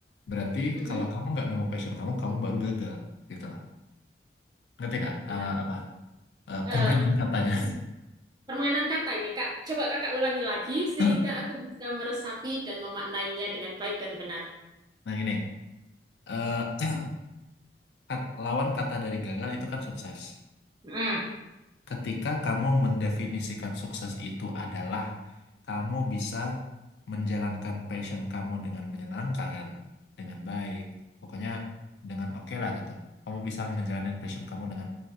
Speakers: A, on the left; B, on the right.
A: berarti
B: Mm-mm.
A: kalau kamu nggak nemu passion kamu, kamu baru gagal gitu lah. Ngerti nggak?
B: Wah,
A: eh, apa eh,
B: eh,
A: permainan katanya?
B: permainan kata ini, Kak. Coba kakak ulangi lagi sehingga
A: <laughs>
B: aku bisa meresapi dan memaknainya dengan baik dan benar.
A: Nah, gini. eh, Kat- lawan kata dari gagal itu kan sukses.
B: Mm.
A: Ketika kamu mendefinisikan sukses itu adalah kamu bisa menjalankan passion kamu dengan menyenangkan, dengan baik, pokoknya dengan oke lah gitu. Kamu bisa ngejalanin passion kamu dengan